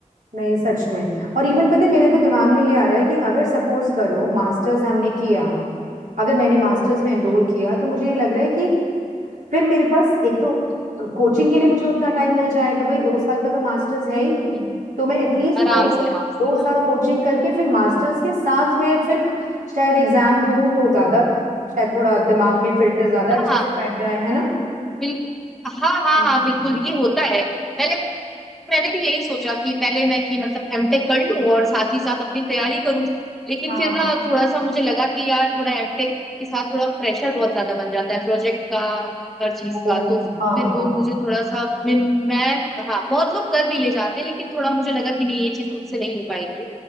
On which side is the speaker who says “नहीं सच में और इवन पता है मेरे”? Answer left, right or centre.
Right